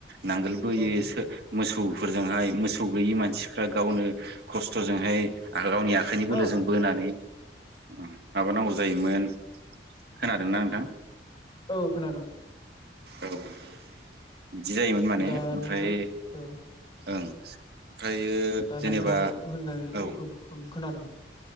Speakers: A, on the right; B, on the left.
A: नांगोलबोयो
B: औ
A: सो मोसौफोरजोंहाय मोसौ गैयि मानसिफ्रा गावनो खस्थ'जोंहाय आरो गावनि आखाइनि बोलोजों
B: औ
A: बोनानै उम माबानांगौ जा योमोन खोनादोंना नोंथां?
B: औ खोनादों।
A: औ बिदि जायोमोन माने
B: दा
A: ओमफ्राय
B: नोंथां औ
A: ओं ओमफ्रायो
B: दा
A: जेनेबा
B: नोंथाङा होननायखौ
A: औ
B: खोनादों।